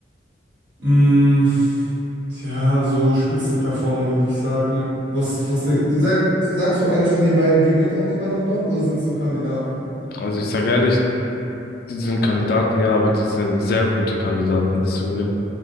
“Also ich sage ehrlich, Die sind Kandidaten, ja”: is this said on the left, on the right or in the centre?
Left